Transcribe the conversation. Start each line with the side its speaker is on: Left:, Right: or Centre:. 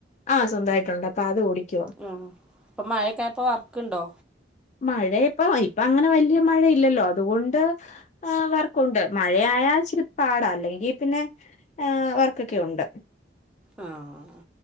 Left: ആഹ് സ്വന്തായിട്ടൊണ്ട് അപ്പ അത് ഓടിക്കും
Centre: ആഹ് ഇപ്പം മയയൊക്കെ ആയപ്പോ വർക്കുണ്ടോ
Left: മഴ ഇപ്പം ഇപ്പം അങ്ങന വല്ല്യ മഴയില്ലല്ലോ അതുകൊണ്ട് ആഹ് വർ ക്കുണ്ട് മഴയായാൽ ഇച്ചിരി പാടാ അല്ലെങ്കി പിന്നെ ഏ വർക്കൊക്കെ ഉണ്ട്
Centre: ആഹ്